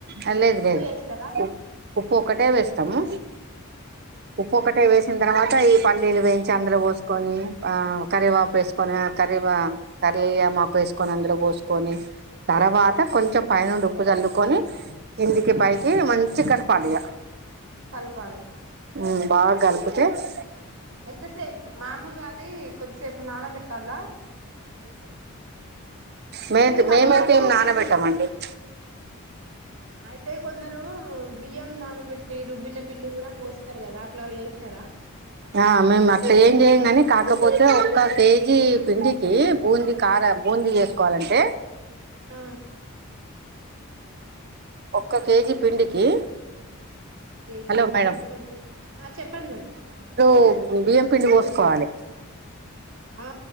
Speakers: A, on the right; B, on the right.
A: ఆలేదు
B: ఉప్పు
A: లేదు
B: వేస్తారా
A: ఉప్ ఉప్పు ఒకటే వేస్తాము ఉప్పు ఒక టే వేసిన తర్వాత ఈ పల్లీలు వేయించి అందులో పోసుకొని ఆ కరేవాపు వేసుకొని ఆ కరేవ కరేమాకు వేసుకొని అందులో పోసుకొని తర్వా త కొంచెం పైనుండి ఉప్పు చల్లుకొని కింది పైకి మంచి కలపాలియ,
B: కలపాలి
A: హ్మ్ బాగ్ గలుపు జెస్
B: ఎంతసేప్ మామూలుగాది కొద్దిసేపు నానబెట్టాలా
A: మేతి
B: పిండి కలిపినాక
A: మేమైతె
B: కొ
A: నానబెట్ కమండర్
B: అయితే కొందరు బియ్యం నానబెట్టి రుబ్బిన పిండి కూడా పోస్తారు కదా అట్లా వే స్తారా
A: ఆ మేము అట్ట ఏం చెయ్యం కానీ కాకపోతే ఒక్క కేేజీ పిండికి బూందీ కార బూందీ చేసుకోవాలంటే
B: ఆ
A: ఒక్క కేజీ పిండికి
B: ఒక కేజీ
A: హలో
B: పిండికి
A: మేడం
B: ఎంత పడతది, ఆ చెప్పండి మేడం
A: ఓ బియ్యం పిండి పోసుకోవాలి
B: ఆ